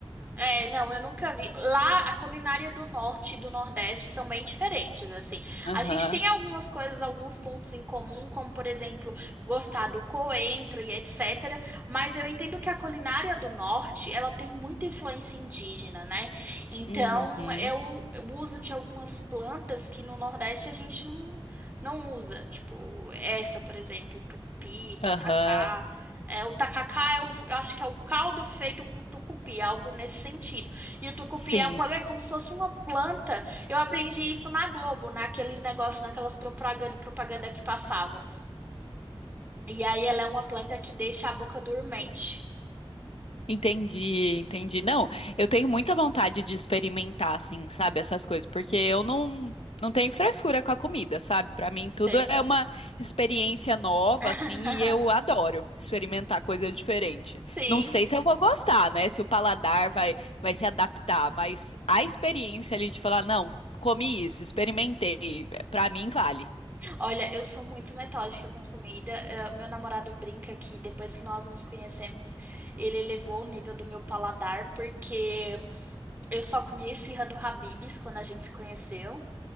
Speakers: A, on the right; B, on the left.
A: É, não, eu nunca vi. Lá, a culinária do norte e do nordeste são bem diferentes, assim.
B: Aham.
A: A gente tem algumas coisas, alguns pontos em comum, como, por exemplo, gostar do coentro e etc. Mas eu entendo que a culinária do norte, ela tem muita influência indígena, né? Então,
B: Uhum.
A: é o o uso de algumas plantas que no nordeste a gente não, não usa. Tipo, essa, por exemplo, tucupi, tacacá.
B: Aham.
A: É, o tacacá é o, eu acho que é o caldo feito com tucupi, algo nesse sentido. E o
B: Sim.
A: tucupi é uma, é como se fosse uma planta. Eu aprendi isso na Globo, naqueles negócios, naquelas propaganda, propaganda que passava. E aí ela é uma planta que deixa a boca dormente.
B: Entendi, entendi. Não, eu tenho muita vontade de experimentar, assim, sabe, essas coisas, porque eu não, não tenho frescura com a comida, sabe? Pra mim
A: Sei.
B: tudo é uma experiência nova,
A: <laughs>
B: assim, e eu adoro experimentar coisa diferente.
A: Sim.
B: Não sei se eu vou gostar, né? Se o paladar vai, vai se adaptar, mas a experiência ali de falar, não, comi isso, experimentei, pra mim vale.
A: Olha, eu sou muito metódica com comida. Eh, Meu namorado brinca que depois que nós nos conhecemos, ele elevou o nível do meu paladar, porque eu só comia esfirra do Habib's quando a gente se conheceu.